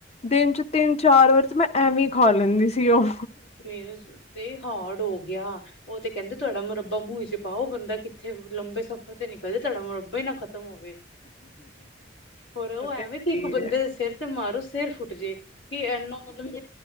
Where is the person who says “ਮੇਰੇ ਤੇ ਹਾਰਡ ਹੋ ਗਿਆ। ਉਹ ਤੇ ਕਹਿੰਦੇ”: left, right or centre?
Left